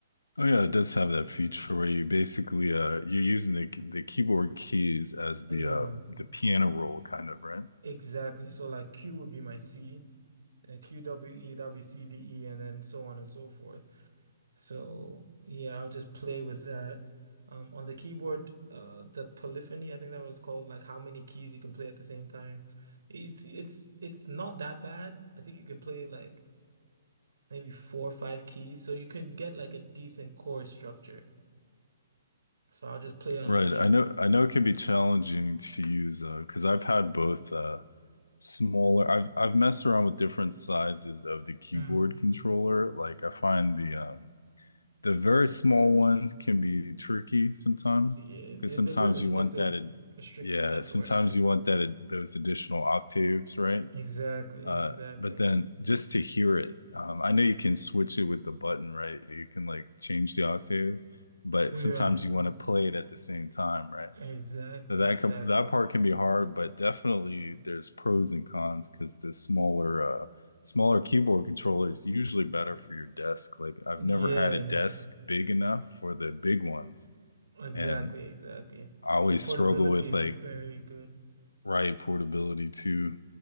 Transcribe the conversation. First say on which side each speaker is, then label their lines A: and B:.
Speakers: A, on the left (about 85°); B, on the right (about 75°).
A: Oh yeah, it does have that feature where you basically uh you're using the the keyboard keys as
B: Uh,
A: the
B: Yeah,
A: uh the piano roll kind of, right?
B: exactly. So like Q would be my C. and QWE, that would be CDE, and then so on and so forth. So yeah, I'll just play with that. Um, on the keyboard, uh, the polyphony, I think that was called, like how many keys you can play at the same time. It's it's it's not that bad. I think you can play like maybe four or five keys, so you can get like a decent chord structure. So I'll just play it on
A: Right.
B: the keyboard.
A: I know I know it can be challenging to use uh because I've had both uh smaller I've I've messed around with different sizes of the keyboard
B: Mm.
A: controller. Like I find the um The very small ones can be tricky sometimes
B: Yeah, they're
A: because sometimes
B: they're a bit restrictive.
A: you want that, ad-
B: Restrictive,
A: yeah,
B: that's
A: sometimes
B: the word I want to use.
A: you want that ad- those additional octaves, right?
B: Exactly,
A: Uh,
B: exactly.
A: but then just to hear it, um, I know you can switch it with the button, right? You can like change the octaves, but
B: Yeah.
A: sometimes you want to play it at the same time, right?
B: Exactly,
A: So that
B: exactly.
A: com that part can be hard, but definitely there's pros and cons because the smaller uh smaller keyboard controller is usually better for your desk. Like I've
B: Yeah,
A: never had a desk big enough for the big ones,
B: exactly,
A: and
B: exactly.
A: I always
B: The portability
A: struggle with
B: is
A: like
B: very good.
A: right portability too.